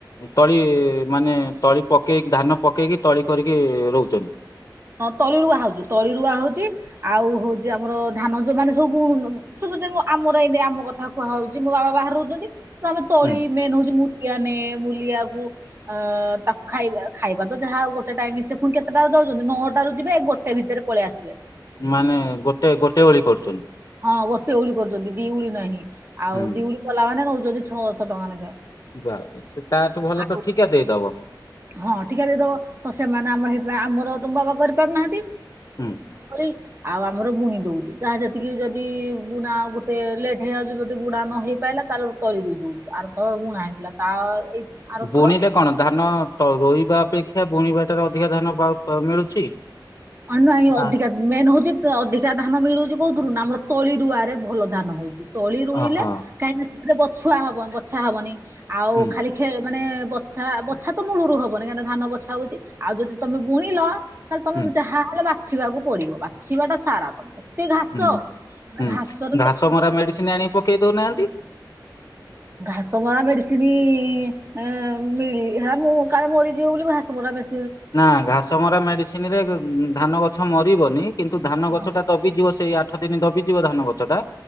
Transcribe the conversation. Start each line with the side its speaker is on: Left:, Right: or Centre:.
Left: ତଳି ମାନେ ତଳି ପକେଇକି ଧାନ ପକେଇ ତଳି କରିକି ରହୁଛି।
Right: ତଳି ରୁଆ ହଉଛି ତଳି ରୁଆ ହଉଛି ଆଉ ହଉଛି ଆମର ଧାନ ଯୋ ମାନେ ସବୁ ସବୁଁ ଆମର ଏଇ ଆମ କଥା କୁହା ହଉଛି ମୋ ବାବା ବା ବା ରହୁଛନ୍ତି ଆମେ ତଳି
Left: ହୁଁ
Right: ମେନ୍ ହଉଛି ମୁଁ <unintelligible> ମୁଲିଆକୁ ଅ ତାକୁ ଖାଇବା ଖାଇବା ତ ଯାହା ହଉ ଗୋଟେ ଟାଇମ ସେ ପୁଣି କେ ତେଟାରୁ ଯାଉଉଛନ୍ତି ନଅଟାରୁ ଯିବେ ଗୋଟେ ଭିତରେ ପଳେଇ ଆସିବେ।
Left: ମାନେ ଗୋଟେ ଗୋଟେ ଓଳି କରୁଛନ୍ତି।
Right: ହଁ ଗୋଟେ ଉଳି କରୁଛନ୍ତି ଦିଉଳି ନାହିଁ ଆଉ
Left: ହୁଁ
Right: ଦିଉଳି କଲା ମାନେ ନଉଛନ୍ତି ଛଅଶହ ଟଙ୍କା ଲେଖା।
Left: ବା ସେ ତା ତୁ ଭଲ
Right: ଆଉ
Left: ତ ଠିକା ଦେଇଦବ।
Right: ହଁ ଠିକା ଦେଇଦବ ତ ସେମାନେ ଆମର ସେଇଥିପାଇଁ ଆମର ତ ବାବା କରିପାରୁନାହାନ୍ତି।
Left: ହୁଁ
Right: କରି ଆଉ ଆମର ବୁଣି ଦଉଛୁ ଯାହା ସେତିକି ଯଦି ବୁଣା ଗୋଟେ ଲେଟ୍ ହେଇଯାଉଛି ଯଦି ବୁଣା ନ ହେଇ ପାରିଲା ତାଲ ତଳି ରୁ ଦଉଛୁ ଆର ଥର ବୁଣା ହେଇଥିଲା ତା ଏଇ ଆରଥର
Left: ବୁଣିଲେ କଣ ଧାନ ତଳି ରୋଇବା ଅପେକ୍ଷା ବୁଣିବାଟାରେ ଅଧିକା ଧାନ ପା ମିଳୁଛି।
Right: ହ ନାଇଁ
Left: ନା
Right: ଅଧିକା ମେନ୍ ହଉଛି ଅଧିକା ଧାନ ମିଳୁଛି କୋଉଥିରୁ ନା ଆମର ତଳି ରୁଆରେ ଭଲ ଧାନ ହଉଛି ତଳି ରୁଇଲେ
Left: ଓହୋ
Right: କାହିଁକିନା ମାନେ ବଛା ହବ ବଛା ହବନି ଆଉ
Left: ହୁଁ
Right: ଖାଲି ଖେ ମାନେ ବଛା ବଛା ତ ମୂଳରୁ ହବନି କାହିଁକି ଧାନ ବଛା ହଉଛି ଆଉ ଯଦି ତମେ ବୁଣିଲ ତାହେଲେ
Left: ହୁଁ
Right: ତମେ ଯାହାହଲେ ବାଛିବାକୁ ପଡିବ ବାଛିବାଟା ସାରା ତମେ। ଏତେ ଘାସ
Left: ହୁଁ
Right: ମ
Left: ହୁଁ
Right: ଘାସରେ
Left: ଘାସ
Right: ତ
Left: ମରା ମେଡିସିନ ଆଣି ପକେଇ ଦଉ ନାହାନ୍ତି।
Right: ଘାସ ମରା ମେଡିସିନ ଉ ମିଳିଲେ ହେଲା ମୁଁ କାଳେ ମରିଯିବ ବୋଲି ଘାସ ମରା ମେଡ୍
Left: ନା ଘାସ ମରା ମେଡିସିନ ରେ ଧାନ ଗଛ ମରିବନି କିନ୍ତୁ ଧାନ
Right: ହଁ
Left: ଗଛ ଟା ଦବିଯିବ ସେଇ ଆଠ ଦିନ ଦବିଯିବ ଧାନ ଗଛ ଟା